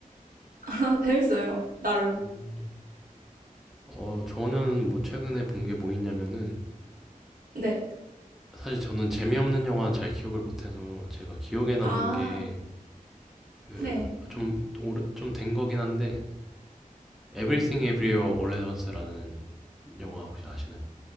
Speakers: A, on the right (about 85°); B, in the centre.
A: <laughs> 재밌어요. 나름.
B: 음, 어, 저는 뭐 최근에 본 게 뭐 있냐면은
A: 네.
B: 사실 저는 재미없는 영화는 잘 기억을 못해서 제가 기억에 남는
A: 아,
B: 게 그
A: 네.
B: 좀 오래 좀 된 거긴 한데 Everything Everywhere All at Once라는 영화 혹시 아시나요?